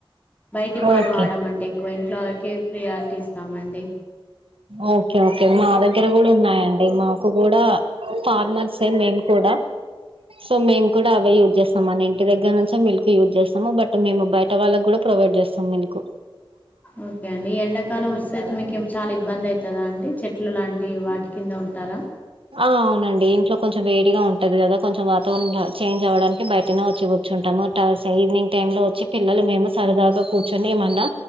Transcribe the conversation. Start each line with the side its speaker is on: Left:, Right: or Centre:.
Left: బయటి పాలు
Right: ఓకే
Left: వాడమండి క్వే ఇంట్లోకే ప్రియార్టీ ఇస్తామండి
Right: ఓకే <unintelligible> టే మా దగ్గర కూడా ఉన్నాయండి మాకు కూడా ఫార్మర్సే మేము కూడా సో మేము కూడా అవే యూజ్ చేస్తాం మన ఇంటి దగ్గర నుంచే మిల్క్ యూజ్ చేస్తాము బట్ మేము బయట వాళ్ళకి కూడా ప్రొవైడ్ చేస్తాం మిల్క్
Left: ఓకే అండి ఎండాకాలం వస్ తోటి మీకేం చాలా ఇబ్బందై కదా అండి చెట్లు లాంటి వాటి కింద ఉంటారా
Right: ఔ అవునండి ఇంట్లో కొంచెం వేడిగా ఉంటది కదా కొంచెం వాతావరణం చేంజ్ అవ్వడానికి బయటనే వచ్చి కూర్చుంటాము టస్ ఈవినింగ్ టైమ్ లో వచ్చి పిల్లలు మేము సరదాగా కూర్చొని ఏమన్నా